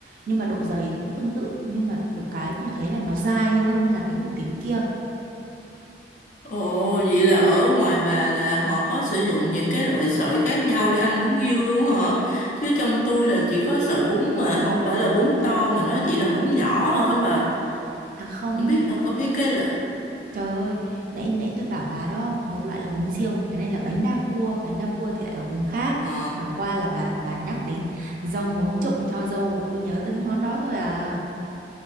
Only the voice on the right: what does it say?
Nhưng mà độ dày thì cũng tương tự, nhưng mà được cái tôi thấy là nó dai hơn là cái hủ tiếu kia.
À không,
trời ơi, nãy nãy tôi bảo bà đó, một loại là bún riêu, còn cái này là bánh đa cua, bánh đa cua thì lại ở vùng khác.
Chẳng qua là bà bà nhắc đến rau muống trụng cho dâu, tôi nhớ tới cái món đó thôi à.